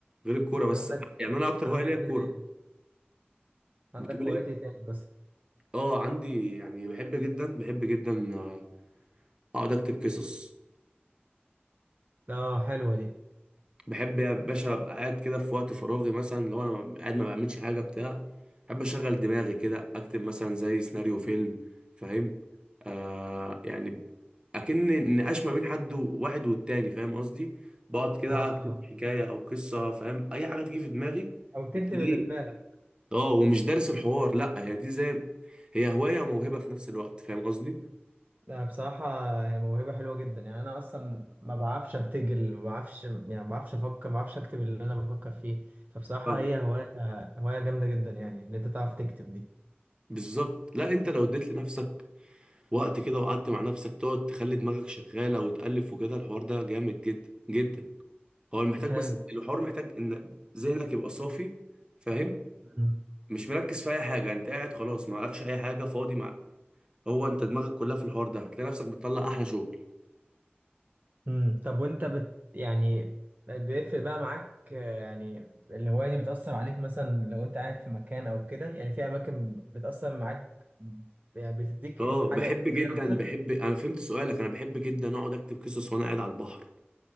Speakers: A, on the right (about 25°); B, on the right (about 45°).
A: غير الكورة بس
B: عندك
A: يعني انا اكتر
B: عندك
A: هواية ليا الكورة
B: ايه تاني عندك
A: بتقول
B: هوايات
A: ايه
B: ايه تاني بس
A: اه عندي يعني بحب جدا بحب جدا آه، اقعد اكتب قصص
B: اه حلوة دي
A: بحب يا باشا ابقى قاعد كده في وقت فراغي مثلا لو انا قاعد ما بعملش حاجه بتاع بحب اشغل دماغي كده اكتب مثلا زي سيناريو فيلم فاهم آه يعني اكن نقاش ما بين حد واحد والتاني فاهم قصدي بقعد كده
B: اه
A: اكتب
B: آه.
A: حكايه او قصه فاهم اي حاجه تيجي في دماغي
B: او تكتب
A: بتلاقيه
B: اللي في بالك
A: اه ومش دارس الحوار لا هي دي زي هي هوايه وموهبه في نفس الوقت فاهم قصدي
B: لا بصراحة هي موهبة حلوة جدا يعني أنا أصلا ما بعرفش أبتجل ما بعرفش يعني ما بعرفش أفكر ما بعرفش أكتب اللي أنا بفكر فيه فبصراحة
A: فاهم
B: هي هواية هواية جامدة جدا يعني إن أنت تعرف تكتب دي
A: بالظبط لا انت لو اديت لنفسك وقت كده وقعدت مع نفسك تقعد تخلي دماغك شغالة وتألف وكده الحوار ده جامد جدا جدا هو المحتاج
B: حلو
A: بس الحوار محتاج ان ذهنك يبقى صافي فاهم
B: مم.
A: مش مركز في اي حاجة انت قاعد خلاص ما عليكش اي حاجة فاضي معاك هو انت دماغك كلها في الحوار ده هتلاقي نفسك بتطلع احلى شغل
B: مم. طب وأنت بت يعني بيفرق بقى معاك آه، يعني الهواية دي بتأثر عليك مثلا لو أنت قاعد في مكان أو كده يعني في أماكن بتأثر معاك يعني بتديك
A: اه
B: حاجة
A: بحب
B: إيجابية
A: جدا
B: أكتر
A: بحب انا فهمت سؤالك انا بحب جدا اقعد اكتب قصص وانا قاعد على البحر